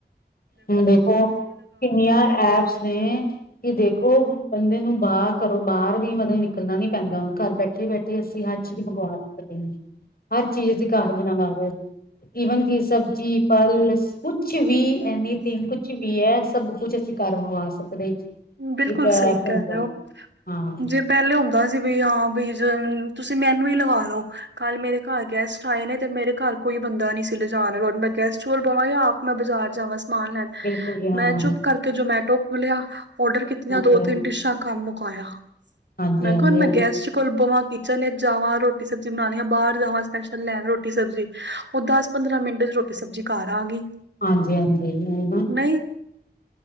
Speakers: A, on the left (about 55°); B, on the right (about 85°).
A: ਹੁਣ ਦੇਖੋ ਕਿੰਨੀਆਂ ਐਪਸ ਨੇ ਕਿ ਦੇਖੋ ਬੰਦੇ ਨੂੰ ਬਾਹਰ ਘਰੋ ਬਾਹਰ ਵੀ ਮਤਲਬ ਨਿਕਲਣਾ ਨੀ ਪੈਂਦਾ, ਘਰ ਬੈਠੇ ਇੱਥੇ ਬੈਠੇ ਅਸੀਂ ਹਰ ਚੀਜ਼ ਮੰਗਵਾ ਸਕਦੇ, ਆਂ, ਹਰ ਚੀਜ਼ ਅਸੀਂ ਘਰ ਬਣਾਵਾਓ ਈਵਨ ਸਬਜ਼ੀ ਫਲ ਕੁਛ ਵੀ ਐਨੀਥਿੰਗ ਕੁਛ ਵੀ ਐ ਸਭ ਕੁਛ ਘਰ ਮੰਗਵਾ ਸਕਦੇ।
B: ਬਿਲਕੁਲ
A: ਇੱਕ
B: ਸਹੀ
A: ਫੋਨ
B: ਕਿਹ
A: ਰਾਹੀਂ
B: ਰਏ ਔ
A: ਹਾਂ
B: ਜੇ ਪਹਿਲੇ ਹੁੰਦਾ ਸੀ ਬੀ ਹਾਂ ਬੀ ਤੁਸੀਂ ਮੈਨੂੰ ਹੀ ਲਗਾ ਲੋੋ। ਕੱਲ ਮੇਰੇ ਘਰ ਗੈਸਟ ਆਏ ਨੇ ਤੇ ਮੇਰੇ ਘਰ ਕੋਈ ਬੰਦਾ ਨਈਂ ਸੀ ਲਿਜਾਣ ਮੈਂ ਗੈਸਟ ਚਲ ਬਵਾਂ ਜਾਂ ਆਪ ਮੈਂ ਬਾਜ਼ਾਰ ਜਾਵਾਂ ਸਮਾਨ ਲੈਣ।
A: ਬਿਲਕੁਲ ਜੀ ਹਾਂ
B: ਮੈਂ ਚੁੱਪ ਕਰਕੇ ਜੋਮੈਟੋ ਖੋਲਿਆ, ਔਡਰ ਕੀਤੀਆਂ
A: ਹਾਂਜੀ
B: ਦੋ-ਤਿੰਨ
A: ਹਾਂਜੀ
B: ਡਿਸ਼ਾਂ ਕੰਮ ਮੁਕਾਇਆ।
A: ਹਾਂਜੀ
B: ਮੈਂ
A: ਹਾਂਜੀ
B: ਕਿਹਾ ਹੁਣ ਮੈਂ ਗੈਸਟ ਚ ਕੁਲਬਵਾਂ ਕਿਚਨ ਵਿੱਚ ਜਾਵਾਂ, ਰੋਟੀ ਸਬਜ਼ੀ ਬਣਾਉਣੀ ਆ, ਬਾਹਰ ਜਾਵਾਂ ਸਪੈਸ਼ਲ ਲੈਣ ਰੋਟੀ ਸਬਜ਼ੀ ਉਹ ਦਸ-ਪੰਦਰਾਂ ਮਿੰਟ ਚ ਰੋਟੀ ਸਬਜ਼ੀ ਘਰ ਆ ਗਈ।
A: ਹਾਂਜੀ ਹਾਂਜੀ, ਉਹ ਨਾ
B: ਨਈਂ